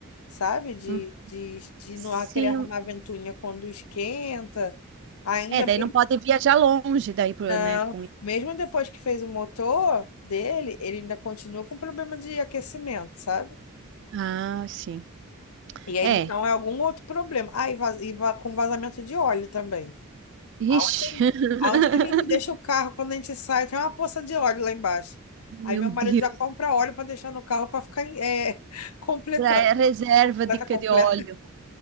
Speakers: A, on the left; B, on the right.
A: sabe? De,
B: Hum.
A: de, de
B: Sim.
A: não ar- querer arrumar ventoinha quando esquenta. Ainda
B: É, daí
A: mesmo,
B: não pode viajar longe daí, pro-
A: não.
B: né? Com...
A: Mesmo depois que fez o motor dele, ele ainda continua com problema de aquecimento, sabe?
B: Ah, sim.
A: E aí,
B: É.
A: então, é algum outro problema. Ah, e, vaz- e va- com vazamento de óleo também. Aonde,
B: Ixi.
A: a gente-
B: <laughs>
A: aonde que a gente deixa o carro quando a gente sai? Tem uma poça de óleo lá embaixo.
B: Meu
A: Aí meu
B: Deus.
A: marido já compra óleo para deixar no carro para ficar eh, <laughs> completando.
B: Pra é, reserva
A: Completa,
B: de, de
A: completa.
B: óleo.